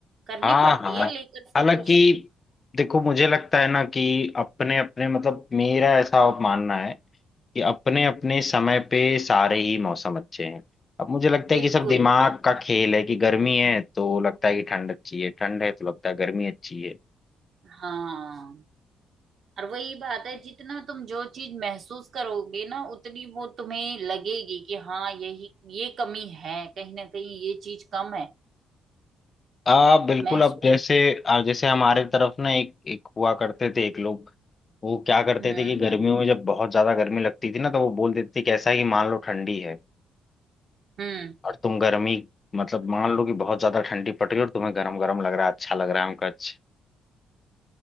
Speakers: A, on the right; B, on the left.
A: करनी
B: हाँ
A: पड़ती
B: हाँ
A: है लेकर सब
B: हालांकि
A: कुछ
B: देखो मुझे लगता है ना कि अपने अपने मतलब मेरा ऐसा मानना है कि अपने अपने समय पे सारे ही मौसम अच्छे हैं अब मुझे लगता
A: बिल्कुल
B: है कि सब दिमाग
A: हाँ
B: का खेल है कि गर्मी है तो लगता है कि ठंड अच्छी है ठंड है तो लगता है गर्मी अच्छी है
A: हाँ और वही बात है जितना तुम जो चीज महसूस करोगे ना उतनी वो तुम्हें लगेगी कि हाँ यही ये कमी है कहीं ना कहीं ये चीज कम है
B: आ बिल्कुल
A: महसूस
B: अब जैसे आ, जैसे हमारे तरफ ना एक एक हुआ करते थे एक लोग वो क्या करते
A: हम्म
B: थे कि गर्मियों में जब बहुत ज्यादा गर्मी लगती थी ना तो वो बोल देते थे कि ऐसा है कि मान लो ठंडी है
A: हम्म
B: और तुम गर्मी मतलब मान लो कि बहुत ज्यादा ठंडी पड़ रही है और तुम्हें गर्म गर्म लग रहा है अच्छा लग रहा है हमको अच्छा